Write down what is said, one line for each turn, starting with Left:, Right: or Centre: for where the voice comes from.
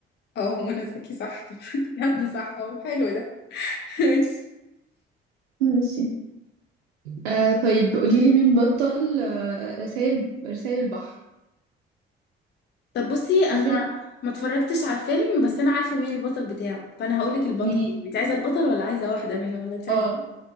Left: اه منى زكي صح طب حد حد صح اهو حلو ده <laughs> ماشي
Right: ماشي آه طيب قولي لي مين بطل آه رسائل رسائل البحر
Left: طب بصي انا
Right: أسر
Left: ما اتفرجتش على الفيلم بس انا عارفه مين البطل بتاعه فانا هقول لك البطل
Right: مين
Left: انت عايزه البطل ولا عايزه واحده منه ولا انت عايزه
Right: اه